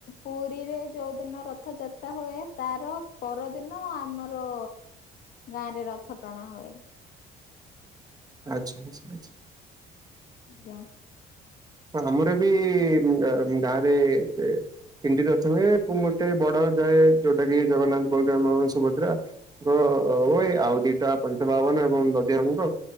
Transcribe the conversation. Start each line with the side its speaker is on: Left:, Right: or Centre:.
Left: ପୁରିରେ ଯୋଉଦିନ ରଥଯାତ୍ରା ହୁଏ ତାର ପର ଦିନ ଆମର ଗାଁରେ ରଥ ଟଣା ହୁଏ।
Right: ଆଚ୍ଛା ଆଚ୍ଛା ଆଚ୍ଛା।
Left: ଆଜ୍ଞା।
Right: ଆମର ବି ଗାଁ ଗାଁରେ ଏ ତିନିଟି ରଥ ହୁଏ। ଗୋଟେ ଯାଏ ଯୋଉଟାକି ଜଗନ୍ନାଥ, ବଳରାମ, ସୁଭଦ୍ରା ହଁ ହୁଏ ଆଉ ଦିଟା ପଞ୍ଚଭାବନ ଏବଂ ଦଧିଅନନ୍ତ।